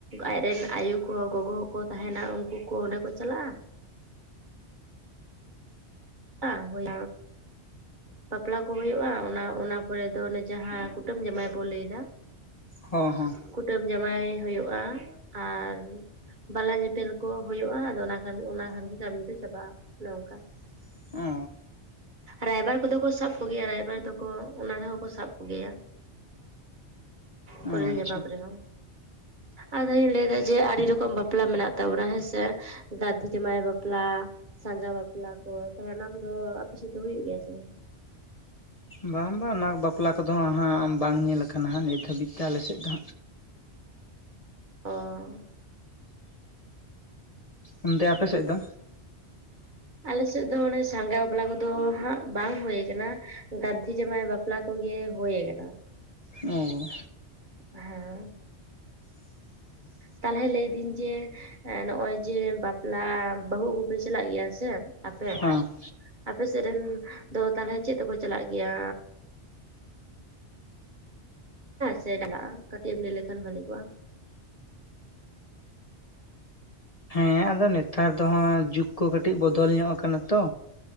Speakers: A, on the right; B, on the left.
A: ᱟᱡᱨᱮᱱ ᱟᱭᱩ ᱠᱚ ᱜᱚᱜᱚ ᱠᱚ ᱠᱚ ᱛᱟᱦᱮᱸᱱᱟ ᱩᱱᱠᱩ ᱠᱚ ᱚᱸᱰᱮ ᱠᱚ ᱪᱟᱞᱟᱜᱼᱟ <unintelligible> ᱦᱩᱭ ᱵᱟᱯᱞᱟ ᱠᱚ ᱦᱩᱭᱩᱜᱼᱟ ᱚᱱᱟ ᱚᱱᱟ ᱯᱚᱨᱮ ᱫᱚ ᱚᱱᱮ ᱡᱟᱦᱟᱸ ᱠᱩᱴᱟᱹᱢ ᱡᱟᱶᱟᱭ ᱵᱚ ᱞᱟᱹᱭ ᱮᱫᱟ
B: ᱦᱚᱸ ᱦᱚᱸ
A: ᱠᱩᱴᱟᱹᱢ ᱡᱟᱶᱟᱭ ᱦᱩᱭᱩᱜᱼᱟ ᱟᱨ ᱵᱟᱞᱟ ᱧᱮᱯᱮᱞ ᱠᱚ ᱦᱩᱭᱩᱜᱼᱟ ᱟᱫᱚ ᱚᱱᱟ ᱠᱷᱟᱱ ᱚᱱᱟ ᱠᱷᱟᱱ ᱜᱮ ᱠᱟᱹᱢᱤ ᱫᱚ ᱪᱟᱵᱟᱜᱼᱟ ᱚᱱᱮ ᱚᱱᱠᱟ
B: <unintelligible>
A: ᱨᱟᱭᱵᱟᱨ ᱠᱚ ᱫᱚ ᱠᱚ ᱥᱟᱵ ᱠᱚ ᱜᱮᱭᱟ ᱨᱟᱭᱵᱟᱨ ᱫᱚᱠᱚ ᱚᱱᱟ ᱨᱮᱦᱚᱸ ᱠᱚ ᱥᱟᱵ ᱠᱚ ᱜᱮᱭᱟ ᱠᱚᱰᱮᱸᱞ
B: ᱚ ᱟᱪᱪᱷᱟ
A: ᱧᱟᱯᱟᱢ ᱨᱮᱦᱚᱸ ᱟᱫᱚᱧ ᱞᱟᱹᱭ ᱫᱟ ᱡᱮ ᱟᱹᱰᱤ ᱨᱚᱠᱚᱢ ᱵᱟᱯᱞᱟ ᱢᱮᱱᱟᱜ ᱛᱟᱵᱚᱱᱟ ᱦᱮᱸᱥᱮ ᱜᱟᱫᱷᱤ ᱡᱟᱢᱟᱭ ᱵᱟᱯᱞᱟ ᱥᱟᱸᱜᱷᱟ ᱵᱟᱯᱞᱟ ᱠᱚ ᱛᱟᱦᱚᱞᱮ ᱚᱱᱟ ᱠᱚᱫᱚ ᱟᱯᱮ ᱥᱮᱫ ᱫᱚ ᱦᱩᱭᱩᱜ ᱜᱮᱭᱟ ᱥᱮ ᱵᱟᱝ
B: ᱵᱟᱝ ᱵᱟᱝ ᱚᱱᱟ ᱵᱟᱯᱞᱟ ᱠᱚᱫᱚ ᱦᱟᱸᱜ ᱵᱟᱝ ᱧᱮᱞ ᱠᱟᱱᱟ ᱦᱟᱸᱜ ᱱᱤᱛ ᱫᱷᱟᱹᱵᱤᱡ ᱛᱮ ᱟᱞᱮ ᱥᱮᱫ ᱫᱚ
A: ᱳ
B: ᱚᱱᱛᱮ ᱟᱯᱮ ᱥᱮᱫ ᱫᱚ
A: ᱟᱞᱮ ᱥᱮᱫ ᱫᱚ ᱚᱱᱮ ᱥᱟᱸᱜᱟ ᱵᱟᱯᱞᱟ ᱠᱚᱫᱚ ᱦᱟᱸᱜ ᱵᱟᱝ ᱦᱩᱭ ᱟᱠᱟᱱᱟ ᱜᱟᱫᱫᱷᱤ ᱡᱟᱢᱟᱭ ᱵᱟᱯᱞᱟ ᱵᱟᱯᱞᱟ ᱠᱚᱜᱮ ᱦᱩᱭ ᱟᱠᱟᱱᱟ
B: ᱳ
A: ᱦᱮᱸ
B: <inaudible>
A: ᱛᱟᱦᱚᱞᱮ ᱞᱟᱹᱭᱫᱟᱹᱧ ᱡᱮ ᱱᱚᱜᱚᱭ ᱡᱮ ᱵᱟᱯᱞᱟ ᱵᱟᱹᱦᱩ ᱟᱹᱜᱩ ᱯᱮ ᱪᱟᱞᱟᱜ ᱜᱮᱭᱟ ᱥᱮ ᱟᱯᱮ
B: ᱦᱚᱸ <unintelligible>
A: ᱟᱯᱮ ᱥᱮᱫ ᱨᱮᱱ ᱫᱚ ᱛᱟᱦᱟᱞᱮ ᱪᱮᱫ ᱛᱮᱠᱚ ᱪᱟᱞᱟᱜ ᱜᱮᱭᱟ ᱥᱮ ᱪᱟᱞᱟᱜᱼᱟ ᱠᱟᱹᱴᱤᱡ ᱮᱢ ᱞᱟᱹᱭ ᱞᱮᱠᱷᱟᱱ ᱵᱷᱟᱹᱞᱤ ᱠᱚᱜᱼᱟ
B: ᱦᱮᱸ ᱟᱫᱚ ᱱᱮᱛᱟᱨ ᱫᱚ ᱦᱟᱜ ᱡᱩᱜ ᱠᱚ ᱠᱟᱹᱴᱤᱡ ᱵᱚᱫᱚᱞ ᱧᱚᱜ ᱟᱠᱟᱱᱟ ᱛᱚ